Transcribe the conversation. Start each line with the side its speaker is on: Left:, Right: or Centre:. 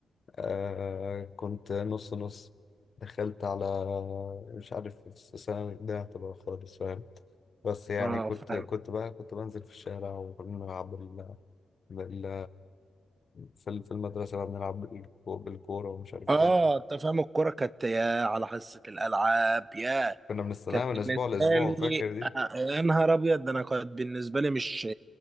Left: آه كنت نص نص دخلت على مش عارف السنة ده هتبقى خالص فاهم بس يعني
Right: اه
Left: كنت
Right: فاهم
Left: كنت بقى كنت بنزل في الشارع وكنا بنلعب بال... بال... في ال- في المدرسة بقى بنلعب بالكو- بالكورة ومش عارف
Right: اه
Left: ايه
Right: انت فاهم الكرة كانت يا على حصة الالعاب يا
Left: كنا بنستناها
Right: كانت
Left: من
Right: بالنسبة
Left: أسبوع لأسبوع فاكر
Right: لي
Left: دي؟
Right: آه، يا نهار ابيض ده انا كانت بالنسبة لي مش